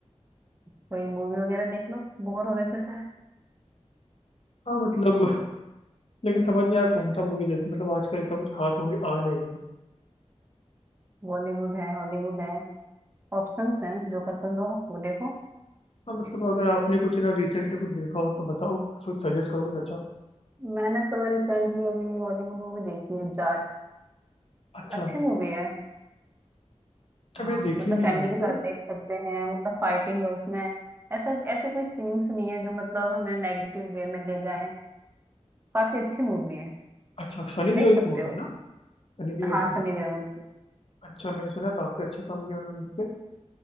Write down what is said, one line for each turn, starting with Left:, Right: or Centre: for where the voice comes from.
Right: कोई मूवी वगैरह देख लो बोर हो रहे थे तो
Left: हाँ मतलब लेकिन समझ नहीं आया कौन सा मूवी देखूं मतलब आजकल इतना कुछ खास मूवी आ नहीं रही है
Right: बॉलीवुड है हॉलीवुड है ऑप्शंस हैं जो पसंद हो वो देखो
Left: हाँ मतलब अगर आपने कुछ ना रिसेंटली कुछ देखा हो तो बताओ कुछ सजेस्ट करो कुछ अच्छा
Right: मैंने तो रिसेंटली अभी बॉलीवुड मूवी देखी है जाट
Left: अच्छा
Right: अच्छी मूवी है
Left: अच्छा
Right: हाँ
Left: मैंने देखी
Right: मतलब
Left: नहीं
Right: फैमिली
Left: है वैसे
Right: के साथ देख सकते हैं मतलब फाइटिंग है उसमें ऐसा ऐसे कोई सीन्स नहीं है जो मतलब हमें नेगेटिव वे में ले जाए काफी अच्छी मूवी है
Left: अच्छा सनी
Right: देख
Left: देओल
Right: सकते
Left: की मूवी
Right: हो
Left: है ना सनी देओल
Right: हाँ
Left: की movie।
Right: सनी देओल की
Left: अच्छा मैंने सुना काफी अच्छा काम किया उन्होंने उस पर